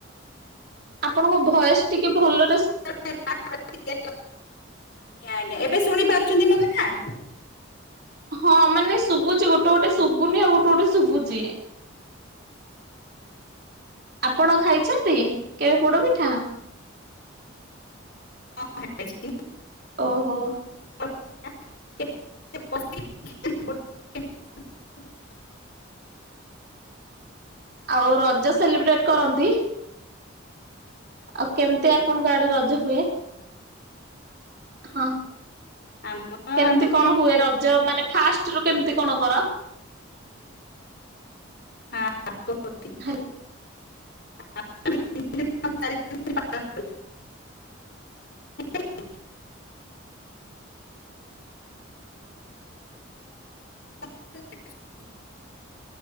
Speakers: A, on the right; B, on the left.
A: ଆପଣଙ୍କ ବୟସ ଟିକେ ଭଲ
B: ଆଜ୍ଞା ଆଜ୍ଞା ଏବେ ଶୁଣି ପାରୁଛନ୍ତି ମୋ କଥା <unintelligible>
A: ହଁ ମାନେ ଶୁଭୁଛି ଗୋଟେ ଗୋଟେ ଶୁଭୁନି ଆଉ ଗୋଟେ ଗୋଟେ ଶୁଭୁଛି <inaudible> ଆପଣ ଖାଇଛନ୍ତି କେବେ ପୋଡ ପିଠା।
B: ଆଜ୍ଞା <unintelligible>
A: ଓହୋ
B: <unintelligible>
A: ଆଉ ରଜ ସେଲିବ୍ରେଟ କରନ୍ତି। ଆଉ କେମିତି ଆପଣଙ୍କ ଆଡେ ଗୋଟେ ରଜ ହୁଏ। ହଁ।
B: ଆମ
A: କେମିତି
B: ଆମେ
A: କଣ ହୁଏ ରଜ ମାନେ ଫାଷ୍ଟ ରୁ କେମିତି କଣ କର?
B: <unintelligible>
A: <unintelligible>
B: <unintelligible> <unintelligible>